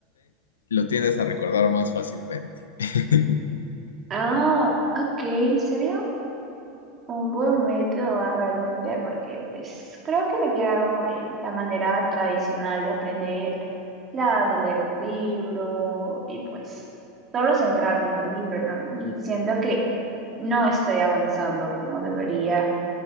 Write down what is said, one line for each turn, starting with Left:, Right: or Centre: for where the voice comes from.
Left: lo tiendes a recordar más fácilmente. <laughs>
Right: Ah, ok, sería Un buen método realmente, porque pues creo que me he quedado en la manera tradicional de aprender, la de leer un libro y pues solo centrarme en el libro, ¿no? Y siento que no estoy avanzando como debería,